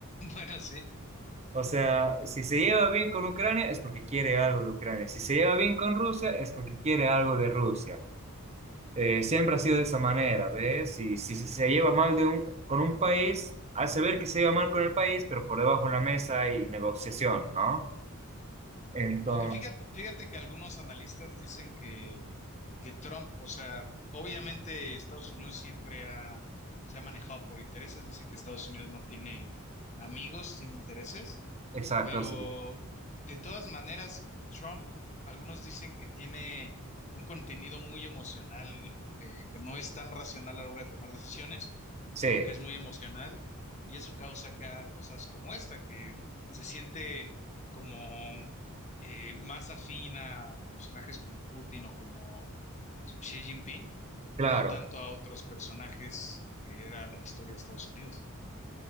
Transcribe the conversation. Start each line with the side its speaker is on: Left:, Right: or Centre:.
Left: Bueno, sí.
Right: O sea, si se lleva bien con Ucrania es porque quiere algo de Ucrania. Si se lleva bien con Rusia es porque quiere algo de Rusia. Eh, siempre ha sido de esa manera, ¿ves? Y si, si se lleva mal de un, con un país, hace ver que se lleva mal con el país, pero por debajo de la mesa hay negociación, ¿no? Entonces,
Left: Aunque fíjate, fíjate que algunos analistas dicen que que Trump, o sea, obviamente Estados Unidos siempre ha, se ha manejado por intereses, dicen que Estados Unidos no tiene amigos, tiene intereses,
Right: exacto,
Left: pero
Right: sí.
Left: de todas maneras, Trump, algunos dicen que tiene un contenido muy emocional, eh, que no es tan racional a la hora de tomar decisiones, sino
Right: Sí,
Left: que es muy emocional y eso causa acá cosas como esta, que se siente como... eh, más afín a personajes como Putin o como Xi Jinping
Right: claro.
Left: y no tanto a otros personajes que era la historia de Estados Unidos.